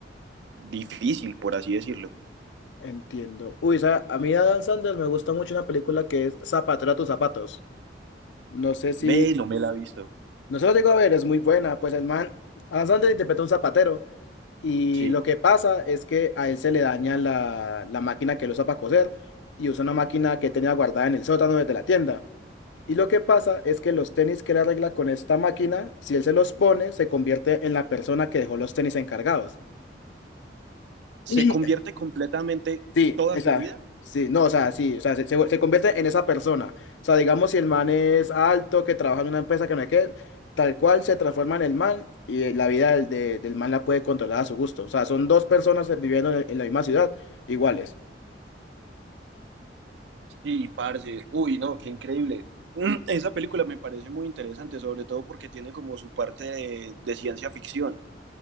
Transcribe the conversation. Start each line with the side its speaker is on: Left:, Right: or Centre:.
Right: difícil, por así decirlo.
Left: Entiendo. Uy, sa- a mí de Adam Sandler me gusta mucho una película que es Zapatero a tus zapatos. No sé
Right: Ve,
Left: si...
Right: no me la ha visto.
Left: No se lo digo a ver, es muy buena. Pues el man, Adam Sandler interpreta a un zapatero. Y
Right: Sí.
Left: lo que pasa es que a él se le daña la, la máquina que él usa para coser y usa una máquina que tenía guardada en el sótano desde la tienda. Y lo que pasa es que los tenis que él arregla con esta máquina, si él se los pone, se convierte en la persona que dejó los tenis encargados.
Right: se
Left: <clears throat>
Right: convierte completamente
Left: Sí,
Right: toda
Left: esa,
Right: su vida.
Left: sí, no, o sea, sí, o sea, se, se vu- se convierte en esa persona. O sea, digamos, si el man es alto, que trabaja en una empresa que no es que, tal cual se transforma en el man y eh, la vida del, de- del man la puede controlar a su gusto. O sea, son dos personas eh, viviendo en, en la misma ciudad, iguales.
Right: Sí, parce. Uy, no, qué increíble. Esa película me parece muy interesante, sobre todo porque tiene como su parte de, de ciencia ficción.